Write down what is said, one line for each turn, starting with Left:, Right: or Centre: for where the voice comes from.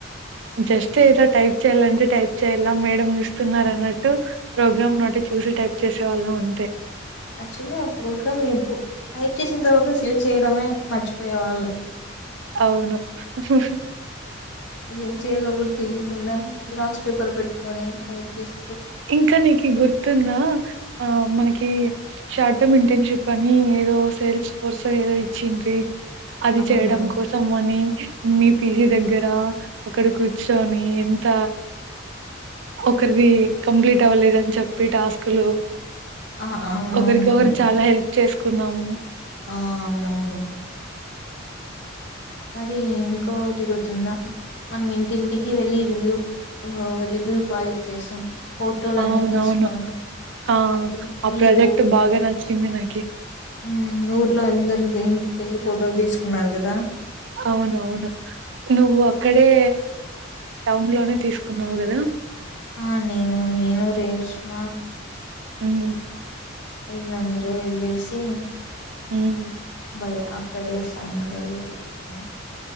Right: జస్ట్ ఏదో టైప్ చేయాలంటే టైప్ చేయాల మేడం చూస్తున్నారు అన్నట్టు ప్రోగ్రామ్ నోటి చూసి టైప్ చేసే వాళ్ళం అంతే
Left: యాక్చువల్లీ ఆ ప్రోగ్రామ్ ఎప్పుడు టైప్ చేసిన తర్వాత సేవ్ చేయడమే మర్చిపోయేవాళ్ళం
Right: అవును <inaudible>
Left: ఏం చేయాలో కూడా తెలియకుండా జిరాక్స్ పేపర్ పెట్టుకొని టైప్ చేసి
Right: ఇంకా నీకు గుర్తుంద ఆ మనకి కీ షార్ట్ టర్మ్ ఇంటర్న్షిప్ అని ఏదో సేల్స్ కోర్స్ ఏదో ఇచ్చిండ్రి అది
Left: అవునవును
Right: చేయడం కోసం అని మీ పీజీ దగ్గర అక్కడ కూర్చొని ఎంత ఒకరిది కంప్లీట్ అవ్వలేదని చెప్పి టాస్క్ లో
Left: ఆ అవునవునవును
Right: ఒకరికి ఒకరు చాలా హెల్ప్ చేసుకున్నాము
Left: ఆ అవునవును మరి ఇంకోటిగుడుతుందా మనం ఇంటింటికి వెళ్ళి రివ్యూ ఆ రివ్ యూ ప్రాజెక్ట్ చేసాం ఫోటోలు
Right: అవునవును.
Left: అన్నీ తీసుకోనీ
Right: ఆ!
Left: అప్పుడు
Right: ఆ
Left: మీరు
Right: ప్రాజెక్ట్ బాగా నచ్చింది నాకి.
Left: ఉమ్ ఊర్లో అందరు ఇంటికెళ్ళి ఫోటోలు తీసుకున్నారు కదా
Right: అవునవును నువ్వు అక్కడే టౌన్ లోనే తీసుకున్నావు కదా
Left: ఆ నేను నేను రేష్మ
Right: ఉమ్ హు
Left: ఇల్లందు వెళ్లేసి
Right: ఉమ్
Left: మరి అక్కడే సాయి నగర్లో తీసుకున్నాం